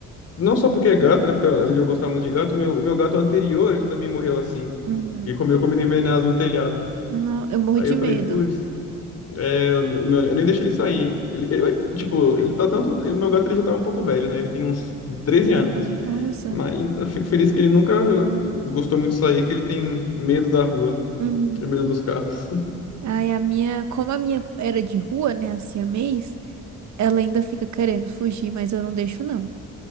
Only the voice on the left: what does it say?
não só porque é gato, né? Porque além de eu gostar muito de gato, o meu, o meu gato anterior, ele também morreu assim.
E comeu comida envenenada no telhado.
Aí
eu falei,
putz. É, eu, o meu- eu nem deixo ele sair. Ele, eu- eu- tipo, ele tá tanto. O meu gato ele já tá um pouco velho, né? Ele tem uns 13 anos.
Mas então, eu fico feliz que ele nunca gostou muito de sair, que ele tem medo da rua,
tem medo dos carros.